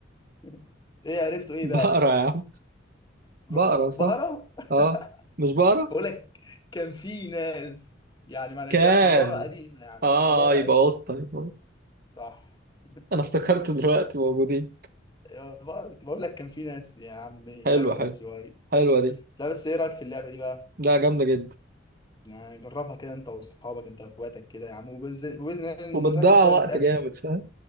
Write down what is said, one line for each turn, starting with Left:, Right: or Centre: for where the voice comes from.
Left: <laughs> ايه عرفتوا
Right: <laughs>
Left: ايه
Right: بقرة
Left: بقى طيب
Right: يا عم
Left: ب-
Right: بقرة صح؟
Left: بقرة
Right: آه مش بقرة؟
Left: <laughs> بقول لك كان في ناس يعني معنى
Right: كان
Left: كده حضارة قديمة يعني
Right: آه
Left: حضارة
Right: يبقى
Left: قديمة
Right: قطة يبقى قطة.
Left: صح
Right: أنا افتكرت
Left: <laughs>
Right: دلوقتي موجودين
Left: يا بقرة بقول لك كان في ناس يا عمي
Right: حلو
Left: ركز
Right: حلو
Left: شوية
Right: حلوة دي
Left: لا بس ايه رأيك في اللعبة دي بقى
Right: لا جامدة جدا
Left: يعني جربها كده انت واصحابك انت واخواتك كده يا عم وبإذن وبإذن الله
Right: وبتضيع
Left: نرتب كده
Right: وقت
Left: ونتقابل
Right: جامد فاهم